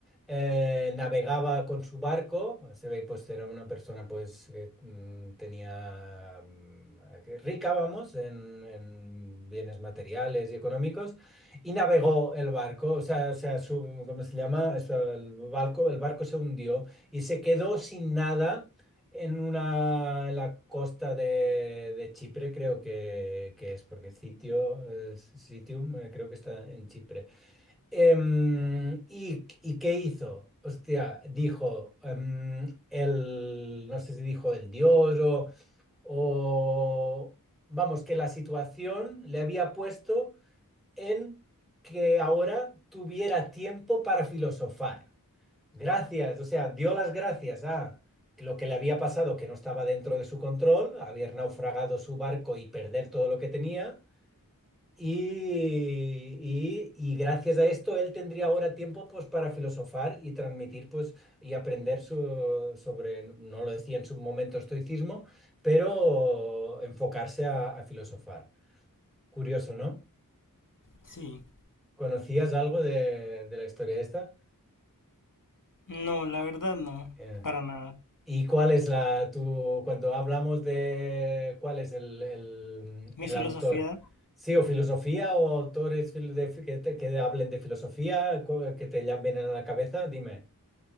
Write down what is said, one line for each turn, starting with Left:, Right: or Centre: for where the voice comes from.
Centre: eh, navegaba con su barco, se ve pues era una persona pues que mm, tenía mm, que rica, vamos, en, en bienes materiales y económicos, y navegó el barco, o sea, o sea su, ¿cómo se llama? Eso, el barco, el barco se hundió y se quedó sin nada en una, en la costa de, de Chipre creo que, que es, porque Citio, eh, Citium eh, creo que está en Chipre. Em, ¿y, y qué hizo? Hostia, dijo em, el, no sé si dijo el dios o, o, vamos, que la situación le había puesto en que ahora tuviera tiempo para filosofar. Gracias, o sea, dio las gracias a lo que le había pasado, que no estaba dentro de su control, haber naufragado su barco y perder todo lo que tenía. Y, y- y gracias a esto él tendría ahora tiempo pues para filosofar y transmitir pues y aprender su- sobre, no lo decía en su momento estoicismo, pero enfocarse a, a filosofar. Curioso, ¿no?
Left: Sí.
Centre: ¿Conocías algo de, de la historia esta?
Left: No, la verdad no,
Centre: Eh.
Left: para nada.
Centre: ¿Y cuál es la, tu, cuando hablamos de cuál es el, el-
Left: Mi
Centre: el
Left: filosofía,
Centre: autor? Sí, o filosofía o autores fil- de fi- que, te- que hablen de filosofía co- que te llamen a la cabeza, dime.